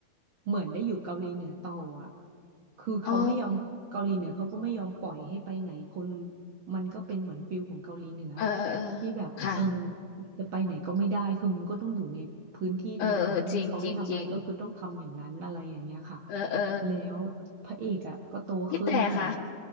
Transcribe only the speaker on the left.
อ๋อ
เออเออเออค่ะ
เออเออจริงจริงจริงเออเออ
พี่แต่คะ